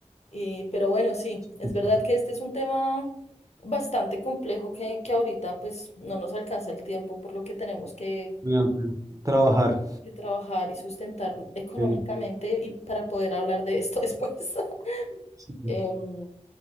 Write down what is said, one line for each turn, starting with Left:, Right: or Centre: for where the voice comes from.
Left: Y, pero bueno, sí,
Right: sí,
Left: es
Right: sí,
Left: verdad
Right: sí,
Left: que este es un tema bastante complejo que, que ahorita pues no nos alcanza el tiempo, por lo que tenemos que,
Right: ya, pero Trabajar.
Left: que trabajar y sustentar económicamente
Right: sí,
Left: y para poder hablar de esto <laughs> después. <laughs>
Right: sí.
Left: Em,